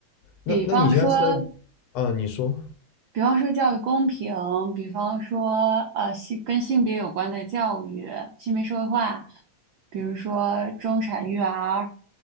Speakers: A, on the left; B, on the right.
A: 那那你现在是在
B: 比方说。
A: 啊、你说
B: 比方说教育公平，比方说呃性跟性别有关的教育、性别社会化，比如说中产育儿，